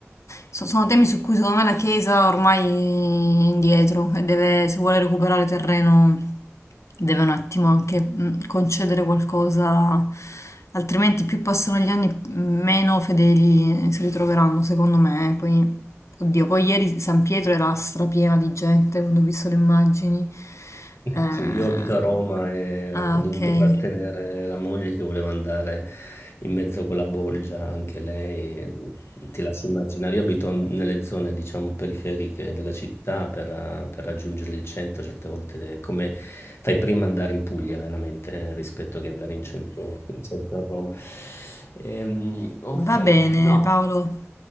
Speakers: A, on the left (about 80°); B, on the left (about 60°).
A: so- sono temi su cui secondo me la Chiesa ormai è indietro e deve, se vuole recuperare terreno, deve un attimo anche mm, concedere qualcosa, altrimenti più passano gli anni, meno fedeli si ritroveranno, secondo me. Poi, oddio, poi ieri San Pietro era strapiena di gente quando ho visto le immagini. Eh,
B: Sì, io abito a Roma e
A: ah,
B: ho dovuto
A: ok.
B: trattenere la moglie che voleva andare in mezzo con la bolgia, anche lei. Ti lascio immaginare, io abito nelle zone, diciamo, periferiche della città per, eh, per raggiungere il centro, certe volte è come fai prima ad andare in Puglia veramente eh, rispetto che andare in centro, in centro a Roma. Ehm, ok,
A: Va bene,
B: no.
A: Paolo.